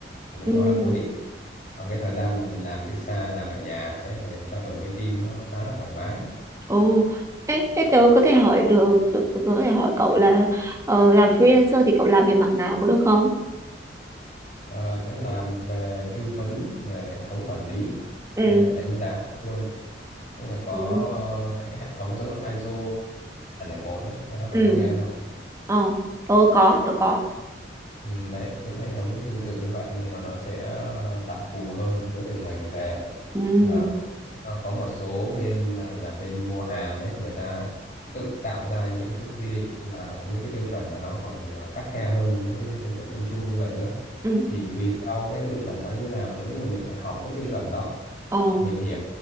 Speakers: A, on the left (about 40°); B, on the right (about 15°).
A: thì lúc
B: Ừ.
A: đó là cố định còn cái thời gian mà mình làm từ xa làm ở nhà đấy rồi trao đổi với team nó khá là thoải mái
B: Ồ. thế thế tớ có thể hỏi được, tớ, tớ có thể hỏi cậu là ờ, làm freelancer thì cậu làm về mặt nào có được không?
A: Ờ, Tuấn làm về tư vấn về hệ thống quản lý
B: ừ
A: về lại đánh giá luôn tức là có
B: ừ
A: ờ, mấy cái hệ thống giống ISO một đấy cái đó bạn
B: ừ
A: có nghe không
B: ờ tớ có tớ có
A: Ừ, đấy, những hệ thống tương tự như vậy nhưng mà nó sẽ ờ, đặc thù hơn với từng ngành nghề
B: ừ
A: và có, à, có một số bên là, là bên mua hàng đấy người ta tự tạo ra những cái quy định và những cái tiêu chuẩn mà nó còn ờ, khắt khe hơn những cái tiêu chuẩn chung chung như vậy nữa
B: ừ
A: thì tùy theo cái tiêu chuẩn nó như nào giống như mình phải học cái tiêu chuẩn đó
B: ờ
A: mình hiểu